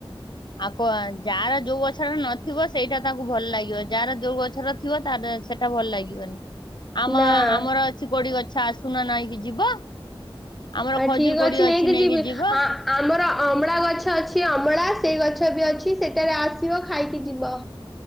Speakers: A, on the left (about 55°); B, in the centre.
A: ଆଉ କ ଯାହାର ଯୋଉ ଗଛଟା ନଥିବ ସେଇଟା ତାକୁ ଭଲ ଲାଗିବ ଯାହାର ଯୋଉ ଗଛର ଥିବ ତାର ସେଟା ଭଲ ଲାଗିବନି।
B: <inaudible>
A: ଆମ
B: ନା
A: ଆମର ଅଛି କୋଡି ଗଛ ଆସୁନ ନେଇକି ଯିବ। ଆମର
B: ଆ
A: ଖଜୁର
B: ଠିକ
A: କୋଡି
B: ଅଛି ନେଇକି ଯିବି
A: ଯିବ
B: ଆ ଆମର ଅମଳା ଗଛ ଅଛି ଅମଳା ସେଇ ଗଛବି ଅଛି ସେଠାରେ ଆସିବ ଖାଇକି ଯିବ।